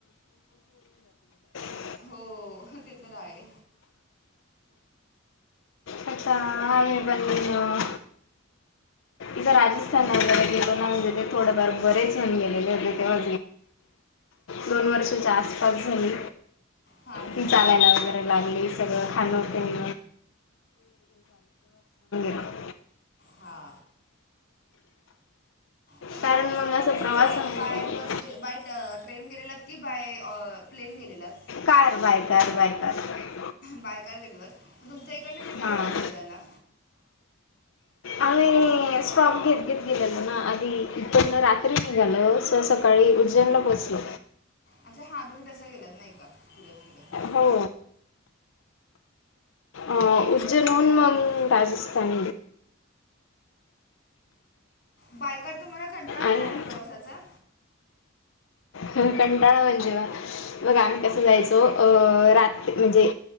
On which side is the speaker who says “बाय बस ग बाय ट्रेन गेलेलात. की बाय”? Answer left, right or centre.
Left